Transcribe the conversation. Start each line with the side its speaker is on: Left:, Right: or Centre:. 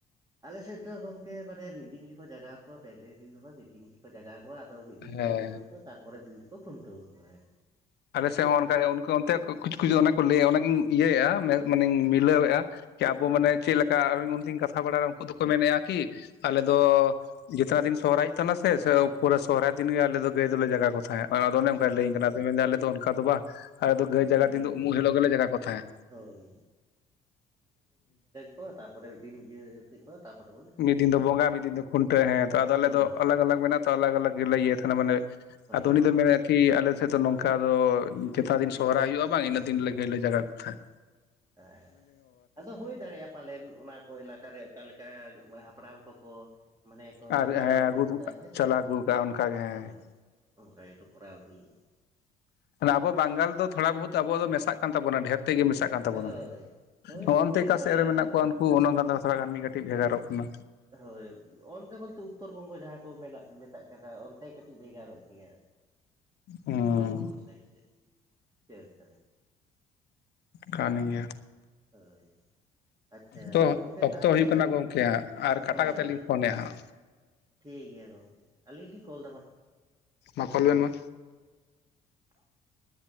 Right: ᱟᱞᱮ ᱥᱮᱫ ᱫᱚ ᱜᱚᱝᱠᱮ ᱢᱟᱱᱮ ᱢᱤᱫ ᱫᱤᱱ ᱜᱮᱠᱚ ᱡᱟᱜᱟᱣ ᱟᱠ ᱠᱚᱣᱟ ᱯᱮ ᱯᱮ ᱫᱤᱱ ᱫᱚ ᱵᱟᱝ ᱢᱤᱫ ᱫᱤᱱ ᱜᱮ ᱡᱟᱜᱟᱣ ᱠᱚᱣᱟ ᱟᱫᱚ ᱢᱤᱫ ᱫᱤᱱ
Left: ᱦᱮᱸ
Right: ᱛᱮᱠᱚ ᱡᱤᱨᱟᱹᱣ ᱠᱚᱣᱟ ᱛᱟᱨᱯᱚᱨᱮᱨ ᱫᱤᱱ ᱫᱚᱠᱚ ᱠᱷᱩᱱᱴᱟᱹᱣ ᱠᱚᱣᱟ ᱟᱨ
Left: ᱟᱞᱮ ᱥᱮᱫ ᱦᱚᱸ ᱚᱱᱠᱟ ᱩᱱᱠᱩ ᱚᱱᱛᱮ ᱠᱩᱪ ᱠᱩᱪ ᱚᱱᱟ ᱠᱚ ᱞᱟᱹᱭᱮᱫᱼᱟ ᱚᱱᱟᱜᱤᱧ ᱤᱭᱟᱹᱭᱮᱫᱼᱟ ᱢᱟᱱᱮᱧ ᱢᱤᱞᱟᱹᱣᱮᱫᱼᱟ ᱟᱵᱚ ᱢᱟᱱᱮ ᱪᱮᱫ ᱞᱮᱠᱟ ᱚᱱᱛᱮᱧ ᱠᱟᱛᱷᱟ ᱵᱟᱲᱟᱭ ᱩᱱᱠᱩ ᱫᱚᱠᱚ ᱢᱮᱱᱮᱫᱼᱟ ᱠᱤ ᱟᱞᱮ ᱫᱚ ᱡᱚᱛᱚ ᱫᱤᱱ ᱥᱚᱦᱚᱨᱟᱭ ᱚᱜᱛᱚ ᱯᱩᱨᱟᱹ ᱥᱚᱦᱚᱨᱟᱭ ᱫᱤᱱᱜᱮ ᱟᱞᱮᱫ ᱫᱚ ᱜᱟᱹᱭ ᱫᱚᱞᱮ ᱡᱟᱜᱟ ᱠᱚ ᱛᱟᱦᱮᱸᱫ ᱟᱫᱚ ᱚᱱᱮ ᱚᱱᱠᱟᱭ
Right: ᱦᱮᱸ
Left: ᱞᱟᱹᱭᱟᱹᱧ ᱠᱟᱱᱟ ᱢᱮᱱᱫᱟ ᱟᱞᱮ ᱫᱚ ᱚᱱᱠᱟ ᱫᱚ ᱵᱟᱝ ᱟᱞᱮ ᱫᱚ ᱜᱟᱹᱭ ᱡᱟᱜᱟ
Right: ᱢᱤᱫ
Left: ᱫᱤᱱ ᱫᱚ ᱩᱢᱩᱜ
Right: ᱜᱮ
Left: ᱦᱤᱞᱳᱜ ᱜᱮᱞᱮ ᱡᱟᱜᱟᱣ ᱠᱚ ᱛᱟᱦᱮᱫ
Right: ᱦᱳᱭ ᱚ ᱛᱟᱯᱚᱨᱮ ᱢᱤᱫ ᱫᱤᱱ ᱤᱭᱟᱹ ᱪᱮᱫ ᱠᱚ ᱛᱟᱯᱚᱨᱵᱚᱱ
Left: ᱢᱤᱫ ᱫᱤᱱ ᱫᱚ ᱵᱚᱸᱜᱟ ᱢᱤᱫ ᱫᱤᱱ ᱫᱚ ᱠᱷᱩᱱᱴᱟᱹ ᱦᱮᱸ ᱟᱫᱚ ᱟᱞᱮ
Right: ᱦᱳᱭ
Left: ᱫᱚ ᱟᱞᱟᱜ ᱟᱞᱟᱜ ᱢᱮᱱᱟᱜ ᱛ ᱟᱞᱟᱜ ᱟᱞᱟᱜ ᱜᱮᱞᱮ ᱤᱭᱟᱹ ᱛᱟᱦᱮᱸᱱᱟ ᱢᱟᱱᱮ
Right: ᱦᱳᱭ
Left: ᱟᱫᱚ ᱩᱱᱤ ᱫᱚ ᱢᱮᱱᱮᱫ ᱠᱤ ᱟᱞᱮᱥᱮᱫ ᱫᱚ ᱱᱚᱝᱠᱟ ᱫᱚ ᱪᱮᱛᱟ ᱫᱤᱱ ᱥᱚᱦᱚᱨᱟᱭ ᱦᱩᱭᱩᱜᱼᱟ ᱵᱟᱝ ᱤᱱᱟᱹᱜ ᱫᱤᱱ ᱨᱮᱞ ᱞᱮ ᱡᱟᱜᱟ ᱠᱚ ᱛᱟᱦᱮᱸ <unintelligible>
Right: ᱦᱮᱸ ᱟᱫᱚ ᱦᱩᱭ ᱫᱟᱲᱮᱭᱟᱜᱼᱟ ᱯᱟᱞᱮᱱ ᱚᱱᱟ ᱚᱠᱚᱭ ᱮᱞᱟᱠᱟᱨᱮ ᱚᱠᱟ ᱞᱮᱠᱟ ᱦᱟᱯᱲᱟᱢ ᱠᱚᱠᱚ ᱢᱟᱱᱮ ᱠᱚ
Left: ᱟᱨ ᱡᱟᱦᱟᱸᱭ
Right: ᱪᱟᱞᱟᱣ ᱟᱹᱜᱩ ᱟᱠᱟᱫᱟ ᱦᱮᱸ ᱥᱮ
Left: ᱪᱟᱞᱟᱣ
Right: ᱵᱟᱝ
Left: ᱟᱹᱜᱩ ᱠᱟᱜᱼᱟ ᱚᱱᱠᱟᱜᱮ ᱦᱮᱸ
Right: ᱦᱳᱭ ᱚᱱᱠᱟ ᱜᱮᱠᱚ ᱠᱚᱨᱟᱣ ᱟᱹᱜᱩᱭᱮᱭᱟ
Left: ᱟᱵᱚ ᱵᱟᱝᱜᱟᱞ ᱫᱚ ᱛᱷᱚᱲᱟ ᱵᱚᱦᱩᱛ ᱟᱵᱚ ᱫᱚ ᱢᱮᱥᱟᱜ ᱛᱟᱵᱚᱱᱟ ᱰᱷᱮᱨ ᱛᱮᱜᱮ ᱢᱮᱥᱟᱜ ᱠᱟᱱᱟ ᱛᱟᱵᱚᱱᱟ
Right: ᱦᱳᱭ ᱦᱳᱭ
Left: ᱱᱚᱜᱚᱱᱛᱮ
Right: ᱢᱮᱥᱟ
Left: ᱚᱠᱟ ᱥᱮᱫ ᱨᱮ ᱢᱮᱱᱟᱜ
Right: ᱢᱮᱥᱟᱞ
Left: ᱠᱚᱣᱟ ᱩᱱᱠᱩ ᱚᱱᱮ ᱚᱱᱠᱟ ᱛᱷᱚᱲᱟ ᱜᱟᱱ ᱠᱟᱹᱴᱤᱡ ᱵᱷᱮᱜᱟᱨᱚᱜ ᱠᱟᱱᱟ᱾
Right: ᱦᱳᱭ ᱚᱸᱰᱮ ᱵᱚᱞᱛᱮ ᱩᱛᱛᱚᱨ ᱵᱚᱝᱜᱚ ᱡᱟᱦᱟᱸ ᱠᱚ ᱢᱮᱱᱟᱜ ᱢᱮᱛᱟᱜ ᱠᱟᱱᱟ ᱚᱱᱛᱮ ᱫᱚ ᱠᱟᱹᱴᱤᱡ ᱵᱷᱮᱜᱟᱨᱚᱜ ᱜᱮᱭᱟ
Left: ᱦᱩᱸ
Right: ᱩᱛᱚᱨ ᱵᱚᱝᱜᱚ ᱥᱟᱭᱤᱰ ᱥᱮ ᱡᱟᱭᱜᱟ ᱠᱮᱫ
Left: ᱠᱟᱱ ᱜᱮᱭᱟ
Right: ᱦᱳᱭ ᱟᱪᱷᱟ
Left: ᱛᱚ
Right: ᱜᱚᱝᱠᱮ
Left: ᱚᱠᱛᱚ
Right: ᱛᱟᱦᱚᱞᱮ
Left: ᱦᱩᱭᱩᱜ ᱠᱟᱱᱟ ᱜᱚᱢᱠᱮ ᱦᱟᱸᱜ ᱟᱨ ᱠᱟᱴᱟ
Right: ᱦᱳᱭ
Left: ᱠᱟᱛᱮᱫ ᱞᱤᱧ ᱯᱷᱳᱱᱮᱫᱼᱟ ᱦᱟᱸᱜ
Right: ᱴᱷᱤᱠ ᱜᱮᱭᱟ ᱜᱚᱢᱠᱮ ᱟᱹᱞᱤᱧ ᱞᱤᱧ ᱠᱚᱞ ᱫᱟ-ᱢᱟ᱾
Left: ᱢᱟ-ᱠᱚᱞ ᱵᱮᱱ ᱢᱟ
Right: <inaudible>